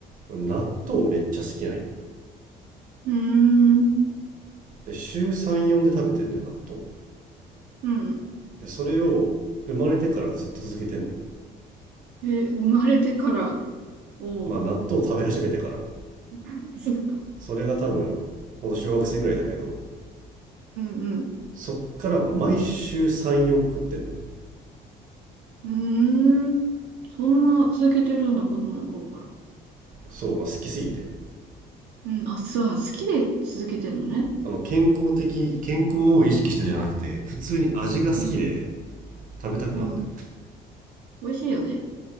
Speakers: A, on the right; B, on the right.
A: 俺納豆めっちゃ好きなんよ。
B: うーん。
A: で、週3、4で食べてんのよ、納豆。
B: うん。
A: で、それを生まれてからずっと続けてんのよ。
B: えー、生まれてから、おう。
A: まあ納豆を食べ始めてから。
B: <laughs> そう
A: それが多分、ほんと小学生ぐらいだけど、
B: うん
A: そっから毎週3、4個食ってんのよ。
B: うん。うーん。そんな続けてるんだ、子供の頃から。
A: そう、まあ、好きすぎて。
B: うん。あ、そう、好きで続けてるのね。
A: あの健康的健康を意識してるじゃなくて普通に味が好きで
B: うん。
A: 食べたくなるんだよ
B: うん。美味しいよね。